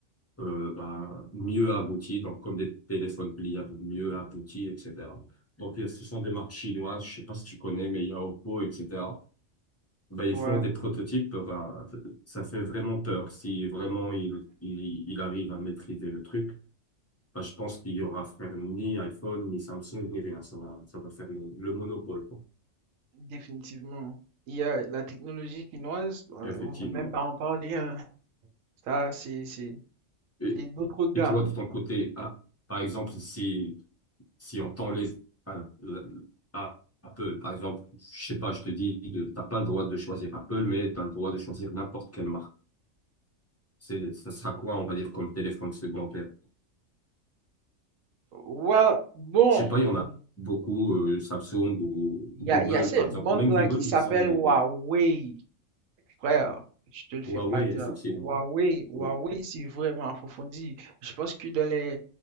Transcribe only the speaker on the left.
euh, ben, mieux abouties, donc comme des téléphones pliables mieux aboutis, etc. Donc il y a- ce sont des marques chinoises, je sais pas si tu connais, mais il y a Oppo, etc. Bah, ils
font des prototypes, bah, ça fait vraiment peur. Si vraiment il, il, il arrive à maîtriser le truc, bah, je pense qu'il y aura frère ni iPhone, ni Samsung, ni rien. Ça va, ça va faire le, le monopole, quoi.
Effectivement.
Et,
et toi, de ton côté, ah, par exemple, si, si on t'enlève à- à Apple, par exemple, je sais pas, je te dis, de- t'as pas le droit de choisir Apple, mais t'as le droit de choisir n'importe quelle marque. C'est, ça sera quoi, on va dire, comme téléphone secondaire?
Je sais pas, il y en a
beaucoup, euh, Samsung ou Google,
par exemple.
Même Google,
ils ont des,
des
Huawei,
effectivement.
Oui.